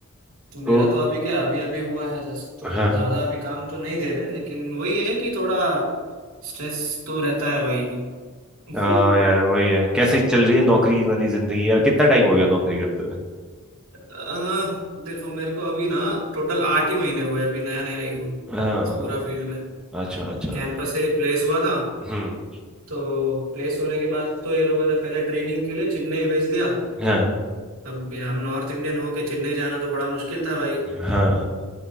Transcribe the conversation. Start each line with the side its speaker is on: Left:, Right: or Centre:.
Right: तो मेरा
Centre: तो
Right: तो अभी क्या अभी अभी हुआ है जस्ट तो
Centre: हाँ
Right: ज़्यादा अभी काम तो नहीं दे रहे लेकिन वही है कि थोड़ा स्ट्रेस तो रहता है भाई <laughs>
Centre: हाँ यार वही है कैसे चल रही है नौकरी वाली जिंदगी यार कितना टाइम हो गया नौकरी करते हुए
Right: अह, देखो मेरे को अभी ना टोटल आठ ही महीने हुए अभी नया नया आई हूँ
Centre: हाँ
Right: इस पूरा फील्ड में
Centre: अच्छा अच्छा
Right: कैंपस से प्लेस हुआ था
Centre: हम्म
Right: तो प्लेस होने के बाद तो ये लोगों ने पहले ट्रेनिंग के लिए चेन्नई भेज दिया
Centre: हाँ
Right: अब हम नॉर्थ इंडियन होके चेन्नई जाना तो बड़ा मुश्किल था भाई <laughs>
Centre: हाँ